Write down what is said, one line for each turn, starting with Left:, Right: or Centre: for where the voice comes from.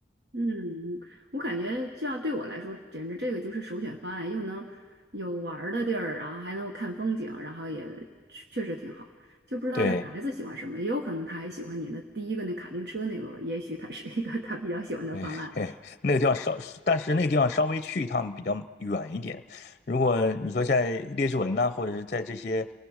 Right: 嗯，我感觉这样对我来说，简直这个就是首选方案，又能有玩儿的地儿，然后还能够看风景，然后也确确实挺好。就不知道这孩子喜欢什么，
Left: 对。
Right: 也有可能他还喜欢你的第一个那卡丁车那个，也许他是一个他比较喜欢的方案。
Left: 对，<laughs> 嘿那个地方稍，但是那个地方稍微去一趟比较远一点。如果你说在列治文呐、或者是在这些